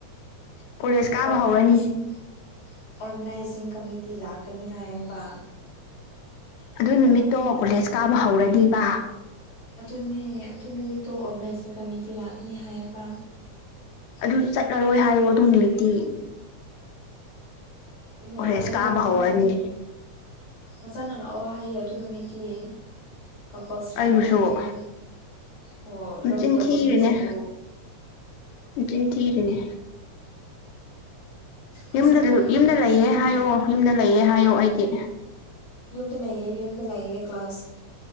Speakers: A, on the left; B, on the left.
A: ꯀꯣꯂꯦꯖ
B: ꯃꯣꯏ
A: ꯀꯥꯕ
B: ꯑꯣꯔꯒꯅꯥꯏꯖꯤꯡ
A: ꯍꯧꯔꯅꯤ
B: ꯑꯣꯔꯒꯅꯥꯏꯖꯤꯡ ꯀꯃꯤꯇꯤ ꯂꯥꯛꯀꯅꯤ ꯍꯥꯏꯌꯦꯕ
A: ꯑꯗꯨ ꯅꯨꯃꯤꯠꯇꯣ ꯀꯣꯂꯦꯖ ꯀꯥꯕ ꯍꯧꯔꯅꯤꯕ
B: ꯑꯗꯨꯅꯤ ꯑꯗꯨ ꯅꯨꯃꯤꯠꯇꯣ ꯑꯣꯔꯒꯅꯥꯏꯖꯤꯡ ꯀꯃꯤꯇꯤ ꯂꯥꯛꯅꯤ ꯍꯥꯏꯌꯦꯕ
A: ꯑꯗꯨ ꯆꯠꯂꯔꯣꯏ ꯍꯥꯏꯌꯣ ꯑꯗꯨ ꯅꯨꯃꯤꯠꯇꯤ
B: ꯌꯥꯔꯣꯏꯌꯦ
A: ꯀꯣꯂꯦꯖ ꯀꯥꯕ
B: ꯑꯣꯖꯥꯁꯤꯡꯅ
A: ꯍꯧꯔꯅꯤ
B: ꯑꯣꯖꯥꯅ ꯂꯥꯛꯑꯣ ꯍꯥꯏꯌꯦ ꯑꯗꯨ ꯅꯨꯃꯤꯠꯇꯤ꯫ ꯀꯝꯄꯜꯁ꯭ꯔꯤ
A: ꯑꯩꯕꯨꯁꯨ
B: ꯂꯥꯛꯑꯣ ꯍꯥꯏꯌꯦ ꯑꯣ
A: ꯃꯆꯤꯟ
B: ꯂꯧꯒꯗꯧꯕ
A: ꯊꯤꯔꯤꯅꯦ
B: ꯃꯤꯁꯤꯡꯗꯣ
A: ꯃꯆꯤꯟ ꯊꯤꯔꯤꯅꯦ
B: ꯑꯣꯖꯥꯅ
A: ꯌꯨꯝꯗ ꯂ
B: ꯂꯥꯛꯑꯣ
A: ꯌꯨꯝꯗ ꯂꯩꯌꯦ
B: ꯎꯝ
A: ꯍꯥꯏꯌꯣ ꯌꯨꯝꯗ ꯂꯩꯌꯦ ꯍꯥꯏꯌꯣ ꯑꯩꯒꯤ
B: ꯌꯨꯝꯗ ꯂꯩꯌꯦ ꯌꯨꯝꯗ ꯂꯩꯌꯦ ꯀ꯭ꯂꯥꯁ